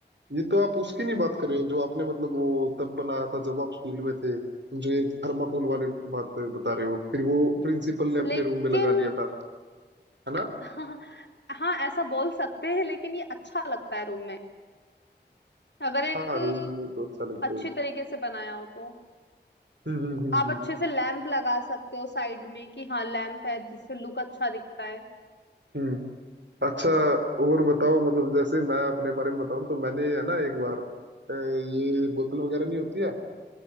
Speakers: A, on the right (about 80°); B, on the left (about 75°).
A: ये तो आप उसकी नहीं बात कर रहे हो जो आपने मतलब वो तब बनाया था जब आप स्कूल में थे जो ये थर्माकोल वाले बात बता रहे हो फिर वो प्रिंसिपल ने अपने
B: लेकिन
A: रूम में लगा लिया था है ना
B: हाँ हाँ ऐसा बोल सकते हैं लेकिन ये अच्छा लगता है रूम में अगर एक
A: हाँ रूम में तो अच्छा लगता
B: अच्छी
A: है
B: तरीके से बनाया हो तो
A: हम्म हम्म हम्म
B: आप अच्छे
A: हम्म
B: से लैंप लगा सकते हो साइड में कि हाँ लैंप है जिससे लुक अच्छा दिखता है
A: हम्म। अच्छा और बताओ मतलब जैसे मैं अपने बारे में बताऊं तो मैंने है ना एक बार अ, ये बोतल वगैरह नहीं होती है